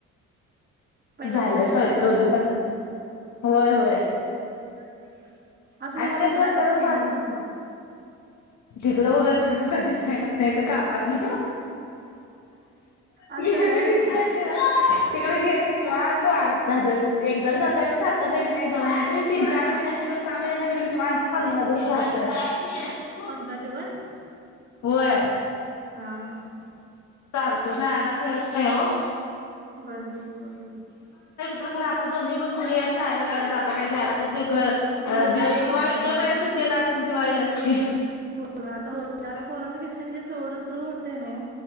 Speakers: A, on the right; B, on the left.
A: पहिला
B: झालं
A: पहिला जरा
B: सवय
A: त्रास
B: दोघी
A: झाला
B: पण
A: असेल
B: होय होय.
A: आता तुम्हाला
B: आणि कसं
A: इकडं आलं
B: जरा
A: करमत नसेल
B: तिकडं उलट कधी जाणच झालंच नाही तर कामात ना
A: असं
B: गेले
A: आहे व्हय
B: की तिकडे, तिकडे गेले की निवांत वाढत द एकदा त्या सारखं जात नाही. तीन चार महिने सामने जरी निवांत प <unintelligible> कायच
A: पंधरा दिवस
B: होय
A: हा- हा- हा
B: सारखं जायला मिळत नाही हो
A: बर- बरं
B: खर आता दोनहीण मुली असायला लागत आता काय जायला तर
A: होय
B: दिवाळी,
A: आता नाही होणार
B: मे महिन्याच्या सुट्टीलाच की दिवाळीला कीं
A: हो आता हो आता पोरच शिक्षण जे सोडं सुरू होते ना